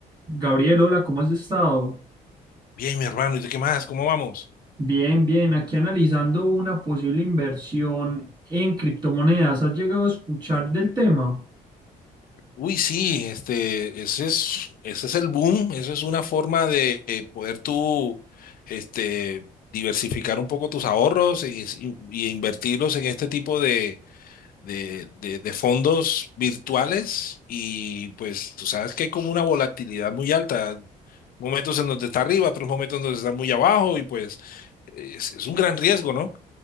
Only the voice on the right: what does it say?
Gabriel, hola, ¿cómo has estado?
Bien, bien, aquí analizando una posible inversión en criptomonedas. ¿Has llegado a escuchar del tema?